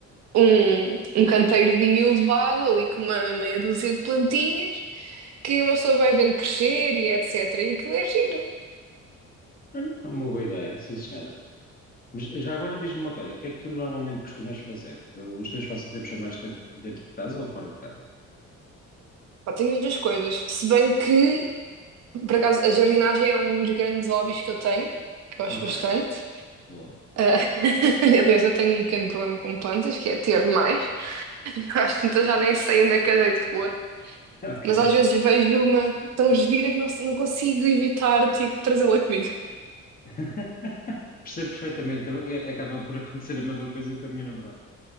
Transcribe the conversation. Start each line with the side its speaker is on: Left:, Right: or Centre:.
Right: um, um canteirozinho elevado ali com uma meia dúzia de plantinhas que uma pessoa vai vendo crescer e etc. E aquilo é giro.
Left: Olha, é uma boa ideia, sim, senhora. Mas já agora diz-me uma coisa, o que é que tu normalmente costumas fazer? Os teus passatempos são mais dentro, dentro de casa ou fora de casa?
Right: Pá, tenho muitas coisas. Se bem que, por acaso, a jardinagem é um dos grandes hobbies que eu tenho, que gosto
Left: Ok.
Right: bastante.
Left: Boa,
Right: Ah, <laughs> aliás, eu tenho um pequeno problema com plantas, que é ter demais. <laughs> Às tantas já nem sei onde é que eu dei de repor.
Left: <laughs> ok.
Right: Mas às vezes vejo uma tão gira que não, se- não consigo evitar, tipo, trazê-la comigo.
Left: <laughs> Percebo perfeitamente. Eu- Acaba por acontecer a mesma coisa com a minha namorada.